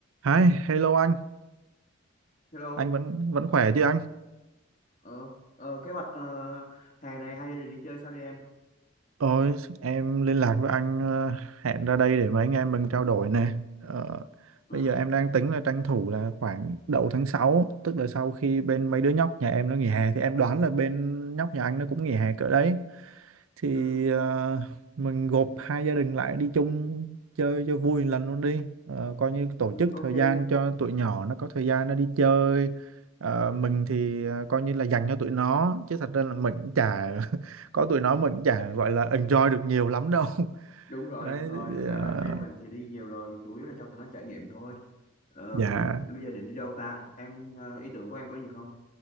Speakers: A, on the right; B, on the left.
A: Hi, hello anh,
B: Hello,
A: anh vẫn vẫn khỏe chứ anh?
B: ờ, ờ, kế hoạch ờ, hè này hai gia đình đi chơi sao đây em?
A: Ôi, em liên lạc với anh ờ, hẹn ra đây để mấy anh em mình trao đổi nè. Ờ,
B: Ừ,
A: bây giờ em đang tính là tranh thủ là khoảng đầu tháng 6, tức là sau khi bên mấy đứa nhóc nhà em nó nghỉ hè thì em đoán là bên nhóc nhà anh nó cũng nghỉ hè cỡ đấy. Thì
B: ừ,
A: ờ, mình gộp hai gia đình lại đi chung chơi cho vui một lần luôn đi. Ờ, coi như tổ
B: ừ,
A: chức
B: ok,
A: thời gian cho tụi nhỏ nó có thời gian nó đi chơi. Ờ, mình thì ờ, coi như là dành cho tụi nó chứ thật ra là mình cũng chả <laughs> có tụi nó mình chả gọi là enjoy được nhiều lắm đâu <laughs>
B: đúng rồi,
A: Đấy,
B: đúng rồi. Thực ra
A: ờ,
B: là anh em mình thì đi nhiều rồi, chủ yếu là cho tụi nó trải nghiệm thôi. Ờ,
A: dạ
B: bây giờ định đi đâu ta? Em, ờ, ý tưởng của em có gì không?